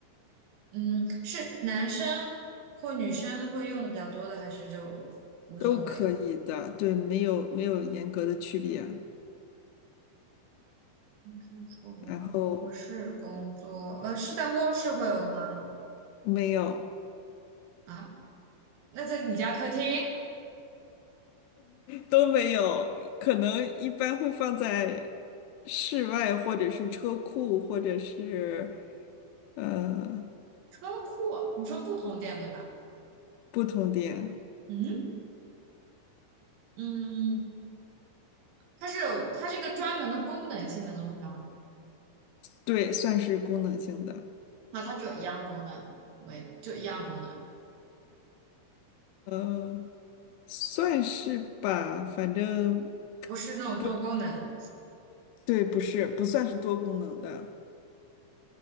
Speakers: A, on the right (about 70°); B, on the left (about 80°).
A: 嗯，是男生或女生会用的比较多的，还是就无所谓？
B: 都可以的。对，没有没有严格的区别，
A: 是厨房不是工作，
B: 然后
A: 呃，是在卧室会有的吗？
B: 没有
A: 啊，那在你家客厅、
B: 都没有，可能一般会放在室外或者是车库或者是呃
A: 车库，你说不通电对吧？
B: 不同店，
A: 嗯嗯，它是有，它是一个专门的功能性的东西吗？
B: 对，算是功能性的，
A: 那它就有一样功能，为就一样功能，
B: 呃，算是吧，反正
A: 不是那种多功能。
B: 不对，不是不算是多功能的，